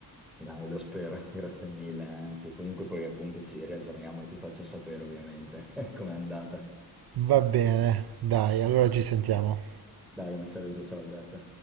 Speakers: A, in the centre; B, on the right.
A: Dai, lo spero, grazie mille, anzi comunque poi appunto ci riaggiorniamo e ti faccio sapere ovviamente <laughs> com'è andata.
B: Va bene, dai, allora ci sentiamo.
A: Dai, un saluto, ciao Alberto.